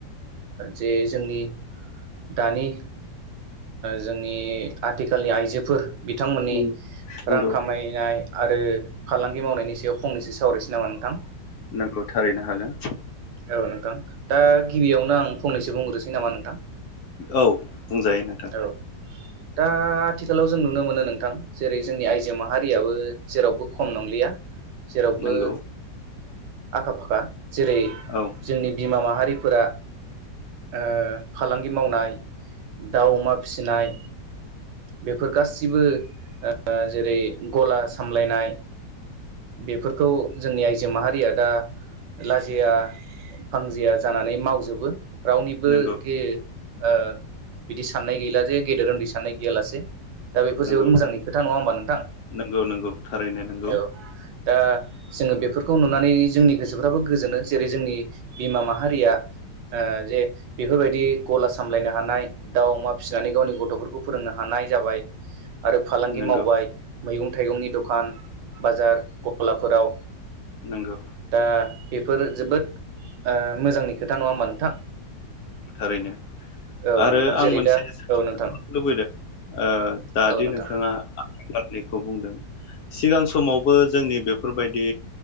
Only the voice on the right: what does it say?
जे जोंनि। दानि जोंनि आथिखालनि आइजोफोर बिथांमोननि
रां खामायनाय। आरो फालांगि मावनायनि सायाव फंनैसो सावरायनोसै नामा नोंथां?
औ नोंथां दा गिबियावनो आं फंनैसो बुंग्रोसै नामा नोंथां?
औ दा आथिखालाव जों नुनो मोनो नोंथां जेरै जोंनि आइजो माहारियाबो जेरावबो खम नंलिया जेरावबो।
आखा फाखा जेरै
जोंनि बिमा माहारि। फोरा ओ फालांग मावनाय दाउ अमा फिसिनाय बेफोर गासिबो ओ जेरै गला सामलायनाय बेफोरखौ जोंनि आइजो माहारिया दा लाजिया फांजिया जानानै मावजोबो। रावनिबोखे
ओ बिदि साननाय गैला जे गेदेर उन्दै साननाय गैयालासे दा बेफोर
जोबोद मोजांनि
खोथा नङा होमबा नोंथां
औ। दा जोङो बेफोरखौ नुनानै जोंनि गोसोफ्राबो गोजोनो जेरै जोंनि बिमा माहारिया ओ जे बेफोरबायदि गला सामलायनो हानाय दाउ अमा फिसिनानै गावनि गथ'फोरखौ फोरोंनो हानाय जाबाय। आरो फालांगि
मावबाय मैगं थाइगंनि दखान बाजार गलाफोराव
दा बेफोर जोबोद ओ मोजांनि खोथा नङा हामबा नोंथां?
औ
नोंथां
जेरै
दा
औ नोंथां
औ नोंथां